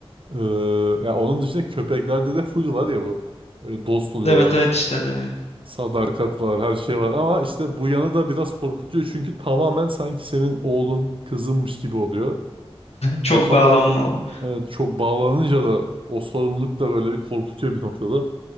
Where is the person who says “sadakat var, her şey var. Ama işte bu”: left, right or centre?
Right